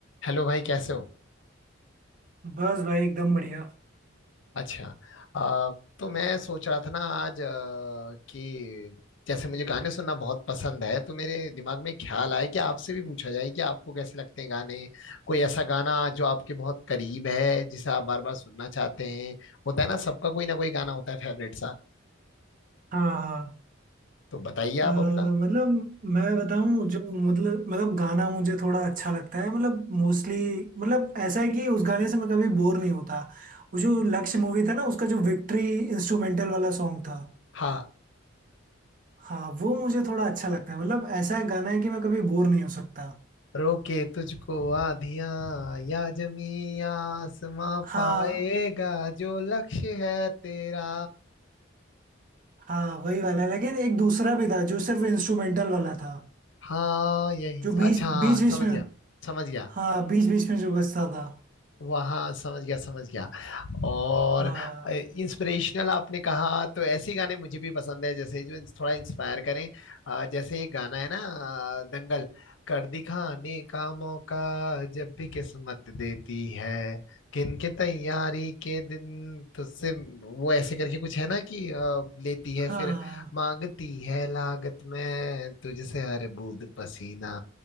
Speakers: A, on the left; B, on the right.
A: Hello भाई कैसे हो
B: बस भाई एकदम बढ़िया
A: अच्छा अ, तो मैं सोच रहा था ना आज अ, कि जैसे मुझे गाने सुनना बहुत पसंद है तो मेरे दिमाग में ख्याल आया कि आपसे भी पूछा जाए कि आपको कैसे लगते हैं गाने कोई ऐसा गाना जो आपके बहुत करीब है जिसे आप बार बार सुनना चाहते हैं होता है ना सबका कोई ना कोई गाना होता है फेवरेट सा
B: हाँ हाँ
A: तो बताइए
B: अ,
A: आप अपना
B: मतलब मैं बताऊं जो मतलब मतलब गाना मुझे थोड़ा अच्छा लगता है मतलब मोस्टली मतलब ऐसा है कि उस गाने से मैं कभी बोर नहीं होता वो जो लक्ष्य मूवी था ना उसका जो विक्ट्री इंस्ट्रूमेंटल वाला सॉन्ग था
A: हाँ
B: हाँ वो मुझे थोड़ा अच्छा लगता है मतलब ऐसा है गाना है कि मैं कभी बोर नहीं हो सकता
A: रोके तुझको आधियां या जमी आसमां
B: हाँ
A: पाएगा जो लक्ष्य है तेरा
B: हाँ वही वाला लेकिन एक दूसरा भी था जो सिर्फ इंस्ट्रूमेंटल वाला था
A: हाँ यही
B: जो
A: अच्छा
B: बीच
A: हाँ
B: बीच बीच
A: समझ
B: में
A: गया समझ गया
B: हाँ बीच बीच में जो बजता था
A: वहाँ समझ गया समझ गया और
B: हाँ
A: इंस्पिरेशनल आपने कहा तो ऐसे गाने मुझे भी पसंद है जैसे जो थोड़ा इंस्पायर करें अ, जैसे ये गाना है ना अ, दंगल कर दिखाने का मौका जब भी किस्मत देती है किनके तैयारी के दिन तुझसे वो ऐसे करके कुछ है ना कि अ, लेती है
B: हाँ
A: फिर मांगती है लागत में तुझसे हर बूंद पसीना